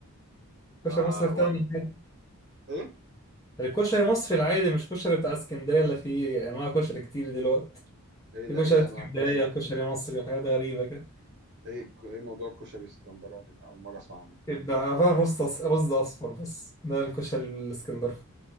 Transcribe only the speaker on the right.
ما
و...
ايه
ايه
ده
ايه
انواع الكشري
ايه ك- ايه موضوع الكشري الاسكندراني ده اول مره اسمع عنه